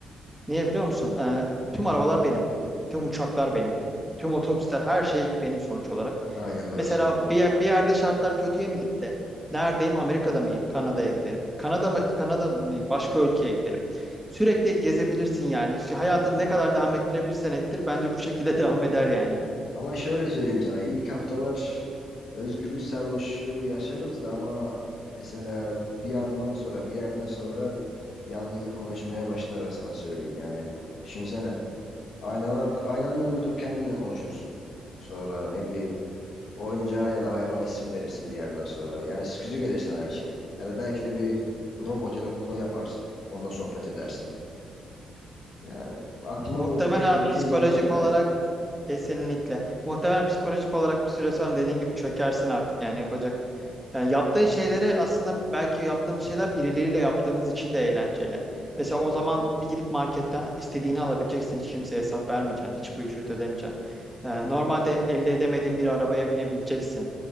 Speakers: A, in the centre; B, on the left.
A: Niye biliyor musun? Ee, tüm arabalar benim. Tüm uçaklar benim. Tüm otobüsler her şey benim sonuç olarak.
B: Aynen orası
A: Mesela
B: öyle.
A: bir, yer- bir yerde şartlar kötüye mi gitti? Neredeyim? Amerika'da mıyım? Kanada'ya giderim. Kanada mı, Kanada mıyım? Başka ülkeye giderim. Sürekli gezebilirsin yani. Şu Hayatını ne kadar devam ettirebilirsen ettir. Bence bu şekilde <laughs> devam eder yani.
B: Ama şöyle söyleyeyim sana. İlk haftalar özgürlük sarhoşluğu yaşarız da ama mesela bir yandan sonra bir yerden sonra yalnızlık konuşmaya başlar ha sana söyleyeyim yani. Düşünsene. Aynalar, aynanın önünde durup kendinle konuşursun. Sonra ne bileyim Oyuncağa ya da hayvana isim verirsin bir yerden sonra. Yani sıkıcı gelirsen her şey. Ya da belki de bir robot ya da kukla yaparsın. Onunla sohbet edersin. Yani aklıma
A: Muhtemelen
B: bu pek bir
A: psikolojik
B: şey gelmez yani.
A: olarak kesinlikle. Muhtemelen psikolojik olarak bir süre sonra dediğin gibi çökersin artık yani yapacak. Yani yaptığın şeyleri aslında belki yaptığımız şeyler birileriyle yaptığımız için de eğlenceli. Mesela o zaman bir gidip marketten istediğini alabileceksin. Hiç kimseye hesap vermeyeceksin. Hiçbir ücret ödemeyeceksin. Ee, normalde elde edemediğin bir arabaya binebileceksin.